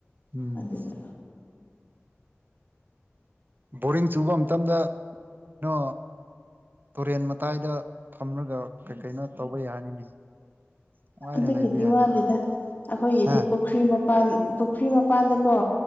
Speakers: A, on the right; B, on the left.
A: ꯎꯝ
B: ꯑꯗꯨꯗ
A: ꯕꯣꯔꯤꯡ ꯆꯨꯕ ꯃꯇꯝꯗ ꯅꯣ ꯇꯣꯔꯦꯟ ꯃꯇꯥꯏꯗ ꯐꯝꯔꯒ ꯀꯩ ꯀꯩꯅꯣ ꯇꯧꯕ ꯌꯥꯅꯤꯅꯦ ꯅꯨꯡꯉꯥꯏꯅ
B: ꯑꯗꯨꯒꯤꯗꯤ
A: ꯂꯩꯕ ꯌꯥꯅꯤꯅꯦ
B: ꯋꯥꯗꯦꯗ ꯑꯈꯣꯏꯒꯤꯗꯤ
A: ꯍꯥ
B: ꯄꯨꯈ꯭ꯔꯤ ꯃꯄꯥꯟ ꯄꯨꯈ꯭ꯔꯤ ꯃꯄꯥꯟꯗꯀꯣ